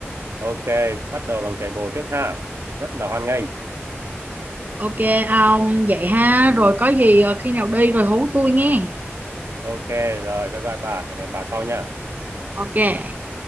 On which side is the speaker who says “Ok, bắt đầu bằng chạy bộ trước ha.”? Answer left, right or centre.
Right